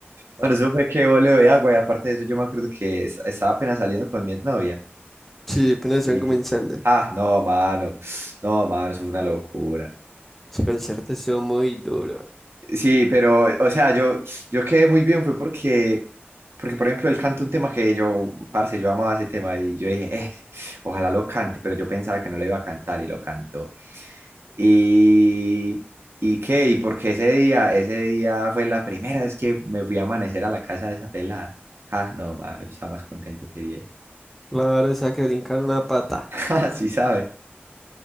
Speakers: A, on the right; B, in the centre.
A: Bueno, eso fue que voleo de agua y aparte de eso yo me acuerdo que es- estaba apenas saliendo con mi novia
B: Sí, apenas están
A: y...
B: comenzando.
A: Ah, no, mano. No, mano, eso fue una locura.
B: Ese concierto estuvo muy duro.
A: Sí, pero, o sea, yo, yo quedé muy bien, fue porque, porque, por ejemplo, él canta un tema que yo, parce, yo amaba ese tema y yo dije, "Eh, ojalá lo cante, pero yo pensaba que no lo iba a cantar y lo cantó. Y, y qué, y porque ese día, ese día fue la primera vez que me fui a amanecer a la casa de esa pelada. Ah, no, mano, yo estaba más contento que 10.
B: Claro, o sea que brincar una pata.
A: <laughs> sí sabe,